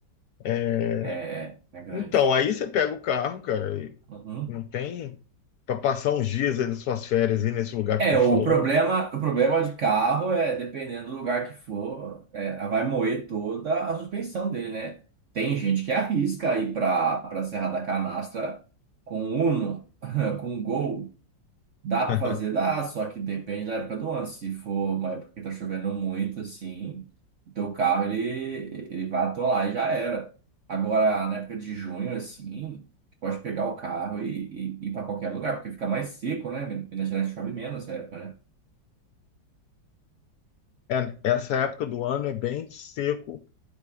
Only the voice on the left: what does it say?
É,
Então, aí você pega o carro, cara, e
não tem para passar uns dias aí das suas férias aí nesse lugar que
eu tô te
falando.
<laughs>
É, essa época do ano é bem seco